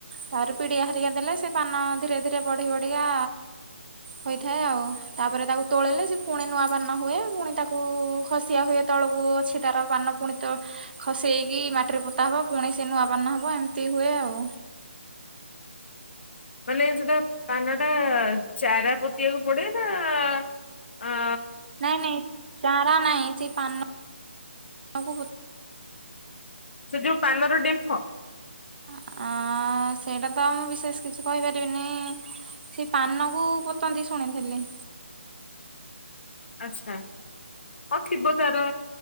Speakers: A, on the right; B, on the left.
A: ତାପରେ ପିଡିଆ ହାରିକା ଦେଲେ ସେ ପାନ ଧୀରେ ଧୀରେ ବଢି ବଢିକି ଆ ହୋଇଥାଏ ଆଉ ତାପରେ ତାକୁ ତୋଳେଇଲେ ସେ ପୁଣି ନୂଆପାନ ହୁଏ ପୁଣି ତାକୁ ଖସିଆ ହୁଏ। ତଳକୁ ଅଛି ତାର ପାନ ପୁଣିତ ଖସେଇ କି ମାଟିରେ ପୋତା ହବ ପୁଣି ସେ ନୂଆପାନ ନ ହବ ଏମିତି ହୁଏ ଆଉ
B: ମାନେ ଯୋଉଟା ପାନଟା ଚାରା ପୋତିଆକୁ ପଡେ ନା ଆ
A: ନାଇଁ ନାଇଁ ଚାରା ନାହିଁ ସେ ପାନ କୁ ପ
B: ସେ ଯୋଉ ପାନର ଡେମ୍ଫ?
A: ଅ, ସେଇଟା ତ ମୁଁ ବିଶେଷ କିଛି କହିପାରିବିନି। ସେ ପାନ କୁ ପୁତନ୍ତି ଶୁଣିଥିଲି।
B: ଆଚ୍ଛା, ହଁ ଥିବ ତାର